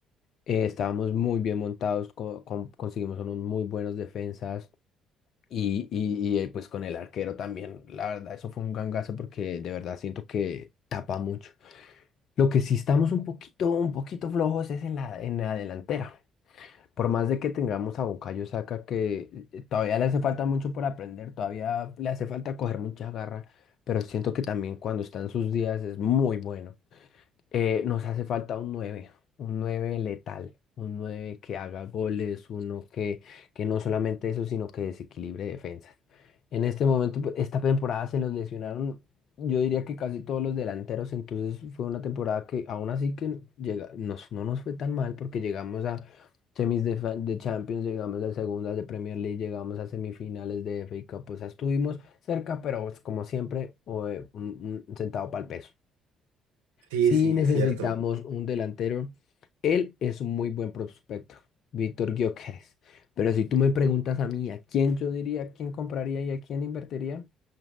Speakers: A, on the left (about 60°); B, on the right (about 80°).
A: eh, estábamos muy bien montados, co- con- conseguimos unos muy buenos defensas. Y, y, y, eh, pues con el arquero también, la verdad, eso fue un gangazo porque de verdad siento que tapa mucho. Lo que sí estamos un poquito, un poquito flojos es en la, en la delantera. Por más de que tengamos a Bukayo Saka, que eh, todavía le hace falta mucho por aprender, todavía le hace falta coger mucha garra, pero siento que también cuando está en sus días es muy bueno. Eh, nos hace falta un nueve, un 9 letal, un 9 que haga goles, uno que, que no solamente eso, sino que desequilibre defensas. En este momento, pues, esta temporada se nos lesionaron, yo diría que casi todos los delanteros, entonces fue una temporada que aún así que llega, nos- no nos fue tan mal porque llegamos a semis de, fa- de Champions, llegamos a segundas de Premier League, llegamos a semifinales de FA Cup, o sea, estuvimos cerca, pero pues, como siempre, o, eh, un, un centavo para el peso.
B: Sí,
A: Sí
B: sí,
A: necesitamos
B: es cierto.
A: un delantero. Él es un muy buen prospecto, Víctor Gyökeres. Pero si tú me preguntas a mí, ¿a quién yo diría, quién compraría y a quién invertiría?